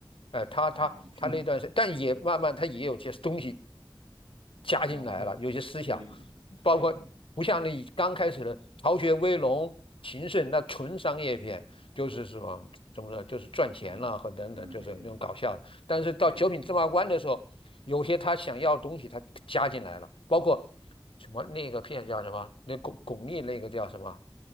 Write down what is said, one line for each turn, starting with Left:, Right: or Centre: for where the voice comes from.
Left: 哎，他他他那段时，
Right: 哦，是吗？
Left: 但也慢慢他也有些东西加进来了，
Right: 啊，对对对对对
Left: 有些思想，包括不像那刚开始的逃学威龙、
Right: 对对对对，
Left: 秦胜那纯商业片，就是什么怎么说，就是赚钱了和等等，
Right: 啊，嗯，
Left: 就是那种搞笑的。
Right: 对对对对
Left: 但是到九品芝麻官的时候，
Right: 对对。
Left: 有些他想要的东西他加进来了，包括什么那个片叫什么，那巩巩俐那个叫什么